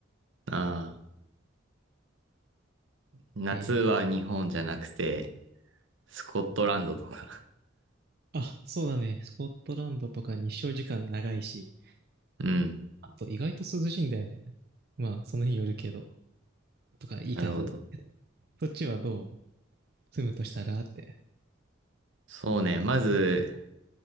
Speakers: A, on the right; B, on the right.
A: ああ。夏は日本じゃなくて、
B: で、
A: スコットランドとか。
B: あ、そうだね。スコットランドとか日照時間長いし、
A: うん。
B: あと意外と涼しいんだよね。まあ、その日によるけど、とかいいかな。
A: なるほど。
B: そっちはどう住むとしたらって。
A: そうね。まず、